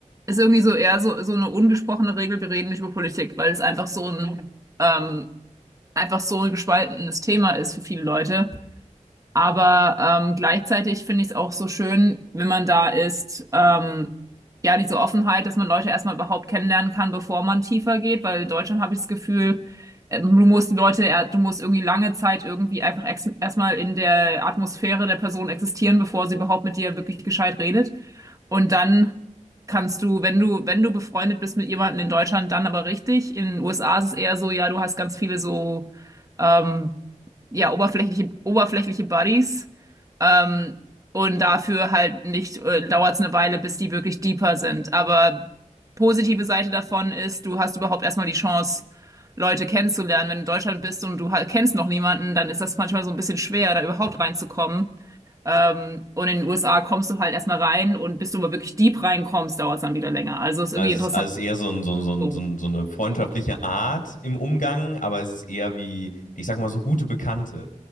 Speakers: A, on the right; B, on the left.
A: ist irgendwie so eher so, so eine ungesprochene Regel, wir reden nicht über Politik, weil es einfach so ein, ähm, einfach so ein gespaltenes Thema ist für viele Leute. Aber ähm, gleichzeitig finde ich es auch so schön, wenn man da ist, ähm, ja, diese Offenheit, dass man Leute erstmal überhaupt kennenlernen kann, bevor man tiefer geht, weil in Deutschland habe ich das Gefühl, ähm, du musst die Leute, er- du musst irgendwie lange Zeit irgendwie einfach ex- erstmal in der Atmosphäre der Person existieren, bevor sie überhaupt mit dir wirklich gescheit redet. Und dann kannst du, wenn du, wenn du befreundet bist mit jemandem in Deutschland, dann aber richtig. In den USA ist es eher so, ja, du hast ganz viele so, ähm, ja, oberflächliche, oberflächliche Buddies. Ähm, und dafür halt nicht, äh, dauert es eine Weile, bis die wirklich deeper sind. Aber positive Seite davon ist, du hast überhaupt erstmal die Chance, Leute kennenzulernen. Wenn du in Deutschland bist und du halt kennst noch niemanden, dann ist das manchmal so ein bisschen schwer, da überhaupt reinzukommen. Ähm, und in den USA kommst du halt erstmal rein und bis du aber wirklich deep reinkommst, dauert es dann wieder länger. Also ist
B: Also
A: irgendwie interessant.
B: als eher so, ein, so, ein- so, ein-
A: So.
B: so, ein- so eine freundschaftliche Art im Umgang, aber es ist eher wie, ich sag mal, so gute Bekannte.